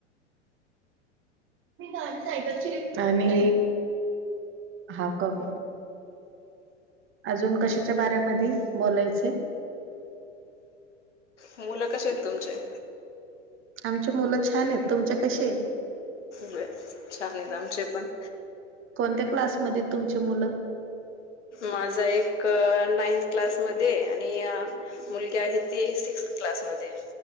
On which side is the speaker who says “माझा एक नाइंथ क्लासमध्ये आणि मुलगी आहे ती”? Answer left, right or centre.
Left